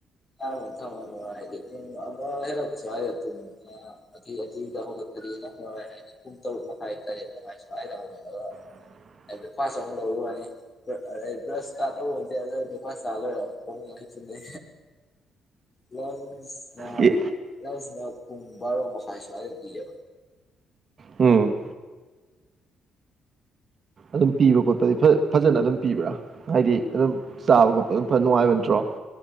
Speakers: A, on the left; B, on the right.
A: ꯑ ꯃ ꯊ ꯍꯥꯏꯗꯤ ꯍꯛ ꯀꯁꯨ ꯍꯥꯏꯒ ꯍ꯫ ꯍꯥꯏꯗꯤꯅ ꯊꯥꯏꯋꯥ ꯍꯥꯏꯗꯤ ꯄꯨꯡ ꯇꯔꯨꯛ ꯃꯈꯥꯏ ꯇꯥꯔꯦꯠ ꯃꯈꯥꯏ ꯍꯧꯒꯠꯂꯒ꯫
B: ꯎꯝ꯫
A: ꯍꯥꯏ ꯕꯔ꯭ꯦꯛ ꯐꯁ ꯑꯃꯨꯛ ꯂꯧꯔꯨꯅꯤ꯫ ꯑ ꯕꯔ꯭ꯁ ꯀꯥꯇꯕꯨꯗ ꯐꯥꯁ ꯆꯥꯂꯨ ꯌꯥ ꯀꯅꯥ ꯂꯥꯛꯆ ꯅ꯫ ꯂꯥꯟꯁ ꯀ
B: ꯑꯦ
A: ꯂꯥꯟꯁ꯫ ꯄꯨꯡ ꯚꯔꯣ ꯃꯥꯈꯥꯏ ꯁꯨꯋꯥꯏ ꯄꯤꯌꯦ꯫
B: ꯎꯝ꯫ ꯑꯗꯨꯝ ꯄꯤꯕ ꯈꯣꯠꯄꯗꯤ ꯐ꯫ ꯐꯖꯅ ꯑꯗꯨꯝ ꯄꯤꯕ꯭ꯔꯥ ꯍꯥꯏꯗꯤ ꯑꯗꯨꯝ ꯆꯥꯕ ꯈꯣꯠꯄ ꯑꯗꯨꯝ ꯐ ꯅꯨꯡꯉꯥꯏꯕ ꯅꯠꯇ꯭ꯔꯣ꯫